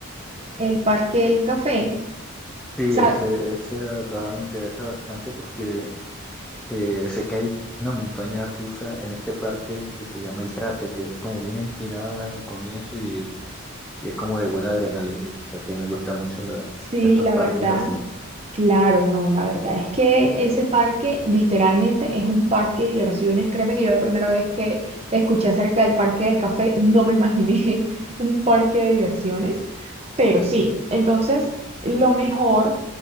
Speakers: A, on the right (about 30°); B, in the centre.
A: el Parque del Café.
B: Sí,
A: ¿sabe?
B: ese, ese la verdad me interesa bastante porque eh, sé que hay una montaña rusa en este parque que se llama el cráter, que es como bien empinada al comienzo y, y es como de buena adrenalina, y, o sea que me gustan mucho la-
A: Sí,
B: estos
A: la
B: parques
A: verdad.
B: así.
A: Claro, no, la verdad es que ese parque literalmente es un parque de diversiones. Créeme que yo la primera vez que escuché acerca del parque del café no me imaginé <laughs> un parque de diversiones, pero sí, entonces lo mejor,